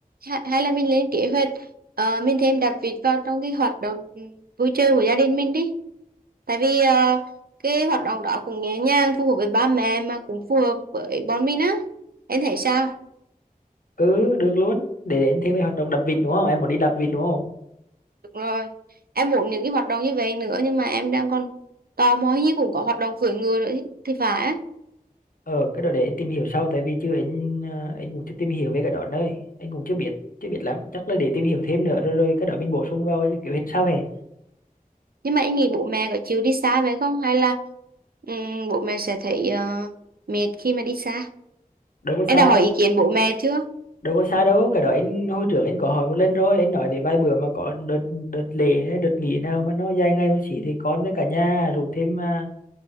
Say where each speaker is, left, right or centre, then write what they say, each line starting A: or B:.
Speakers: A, on the right; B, on the left.
A: hay, hay là mình lên kế hoạch ờ, mình thêm đập vịt vào trong cái hoạt động ừ, vui chơi của gia đình mình đi tại vì ờ, cái hoạt động đó cũng nhẹ nhàng phù hợp với ba mẹ mà cũng phù hợp với bọn mình á em thấy sao
B: ừ được luôn để để anh thêm cái hoạt động đập vịt đúng không em muốn đi đập vịt đúng không
A: đúng rồi em muốn những cái hoạt động như vậy nữa nhưng mà em đang còn tò mò hình như cũng có hoạt động cưỡi ngựa nữa thì, thì phải á
B: ờ cái đó để anh tìm hiểu sau tại vì chứ anh ờ, anh cũng chưa tìm hiểu về cái đó đấy anh cũng chưa biết chưa biết lắm chắc là để tìm hiểu thêm nữa rồi rồi cái đó mình bổ sung vào cái kiểu hết sau hè
A: Nhưng mà em nghĩ bố mẹ có chịu đi xa vậy không? Hay là ừm, bố mẹ sẽ thấy ờ, mệt khi mà đi xa?
B: đâu có
A: Em
B: xa
A: đã hỏi ý kiến bố mẹ chưa?
B: đâu có xa đâu cái đó anh hồi trước anh có hỏi một lần rồi anh nói để vài bữa mà có đợt đợt lễ hay đợt nghỉ nào mà nó dài ngày một xí thì con với cả nhà rủ thêm à,